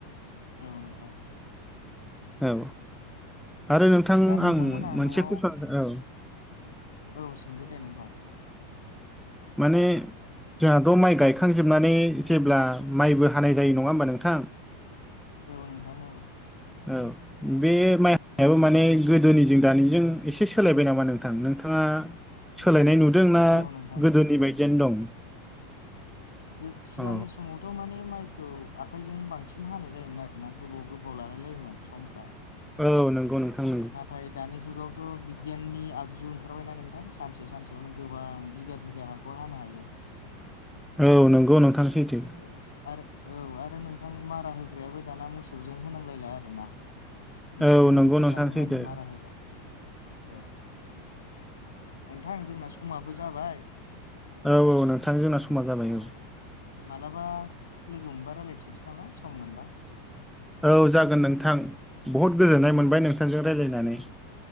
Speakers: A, on the left; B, in the centre.
A: औ नोंथां
B: औ औ आरो नोंथां
A: दा नोंथांमोनहा
B: आं मोनसे
A: न'आव
B: कुइसन औ
A: औ सोंदो दे नोंथां।
B: माने
A: औ
B: जोंहाथ' माइ गायखांजोबनानै जेब्ला माइबो हानाय जायो नङा होमबा नोंथां,
A: औ नोंथां औ
B: औ बे माइ हाबो माने गोदोनिजों दानिजों एसे सोलायबाय नामा? नोंथां नोंथाङा। सोलायनाय नुदोंना
A: औ नोंथां
B: गोदोनि बायदियानो दं।
A: गो सिगांनि
B: औ
A: समावथ' माने माइखौ। आखाइजों बांसिन हानाय जायोमोन आरो ना गोबाव गोबाव लालाय लायोमोन समफ्रा,
B: औ नंगौ नोंथांमोन
A: नाथाय दानि जुगावथ' बिगियाननि आगजु ओंखारबायना नोंथां सानसे सानसेयावनो गोबां बिघा बिघा हा खौ हानो हायो
B: औ नंगौ नोंथां सैथो।
A: औ आरो औ आरो नोंथां मारा होग्रायाबो दाना मोसौजों होनांलायला आरो ना, मेचिन
B: औ नंगौ
A: ओंखारखाबाय
B: नोंथां सैथो
A: माने मारा होगोन औ नोंथां जोंना समाबो जाबाय।
B: औ औ नोंथां जोंना समा जाबाय औ
A: मालाबा लोगो मोनबा रायजलायफिननोसै नामा सम मोनबा,
B: औ जागोन नोंथां बहद गोजोननाय
A: औ
B: मोनबाय नोंथांजों रायज्लायनानै,